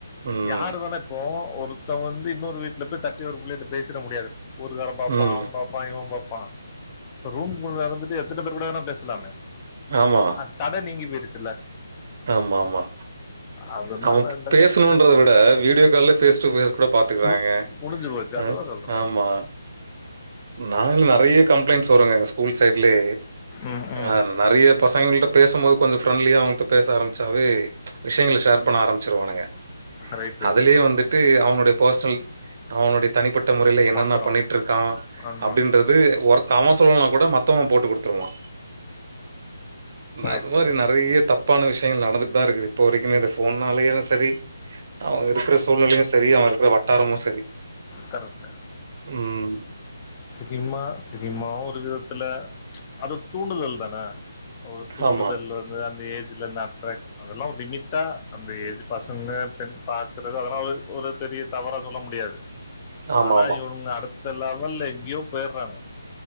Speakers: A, on the right (about 45°); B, on the left (about 25°).
A: ம்
B: யார் வேண இப்போ ஒருத்தன் வந்து இன்னொரு வீட்டுல போய் தட்டி ஒரு புள்ளேட்ட பேசிட முடியாது ஊருகார பாப்பா
A: ம்
B: அவ பாப் பா இவ பாப்பா இப்ப ரூம் குள்ள இருந்துட்டு எத்தன பேர் கூட வேணா பேசலாமே
A: ஆமா
B: அ தடை நீங்கி போயிருச்சில்ல
A: ஆமா ஆமா
B: அதனால
A: அவ
B: இந்த
A: பேசணுன்றத விட வீடியோ கால்ல பேஸ் டு பேஸ் கூட பாத்துக்குறாங்க
B: மு- முடிஞ்சு போச்சு அதுதான்
A: அ
B: சொல்றேன்
A: ஆமா நாங்களு நெறைய கம்ப்ளைண்ட்ஸ் வருங்க எங்க ஸ்கூல் சைட்லே
B: ம் ம்
A: அந் நெறைய பசங்கள்ட்ட பேசும்போது கொஞ்சோ ஃப்ரெண்ட்லியா அவங்கட்ட பேச ஆரம்பிச்சாவே விஷயங்கள ஷேர் பண்ண ஆரம்பிச்சருவானுக
B: ரைட்டு
A: அதுலயே வந்துட்டு அவனுடைய பர்ஸ்னல் அவனுடைய தனிப்பட்ட முறையில என்னென்ன
B: வந்துடும்
A: பண்ணிட்ருக்கா
B: வந்துடும்
A: அப்டின்றது ஒர்த் அவ சொல்லனா கூட மத்தவ போட்டு குடுத்துருவா
B: ரைட்டு
A: அது மாரி நெறைய தப் ப்பான விஷயங்கள் நடந்துட்டு தா இருக்கு இப்போ வரைக்குமே இந்த ‌போன்னாலயு சரி அவங்க இருக்கிற சூழ்நிலையு சரி அவ இருக்கிற வட்டாரமு சரி
B: கரெக்ட்
A: ம்
B: சினிமா சினிமாவு ஒரு விதத்துல அது தூண்டுதல் தான ஒரு தூண்டுதல்
A: ஆமா.
B: வந்து அந்த ஏஜ்ல இந்த அட்ராகஷன் அதெல்லா ஒரு லிமிட்டா அந்த ஏஜ் பசங்க பெண் பாக்குறது அதல்லா ஒ ஒரு பெரிய தவறா சொல்ல முடியாது
A: ஆமாமா.
B: ஆனா இவனுங்க அடுத் த லெவல்ல எங்கயோ போய்றாங்க